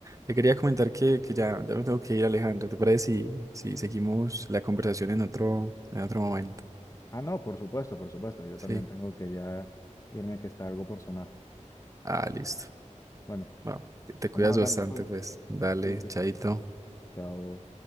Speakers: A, on the right; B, on the left.
A: te quería comentar que, que ya, ya me tengo que ir, Alejandro. ¿Te parece si, si seguimos la conversación en otro, en otro momento?
B: Ah, no, por supuesto, por supuesto. Yo
A: Sí.
B: también tengo que ya irme que está algo por sonar.
A: Ah, listo.
B: Bueno,
A: Wow. Te
B: estamos
A: cuidas
B: hablando
A: bastante,
B: entonces.
A: pues. Dale,
B: Sí, sí.
A: chaito.
B: Chao.